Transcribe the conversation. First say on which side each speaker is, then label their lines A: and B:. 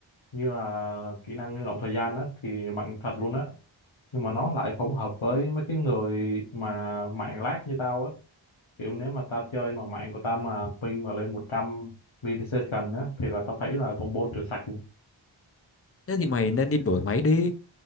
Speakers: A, on the left (about 75°); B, on the left (about 30°).
A: như là kỹ năng ngưng động thời gian á thì mạnh thật luôn á nhưng mà nó lại không hợp với mấy cái người mà mạng lag như tao á kiểu nếu mà tao chơi mà mạng của tao mà ping mà lên 100 millisecond á thì là tao thấy là combo trừ sạch luôn
B: thế thì mày nên đi đổi máy đi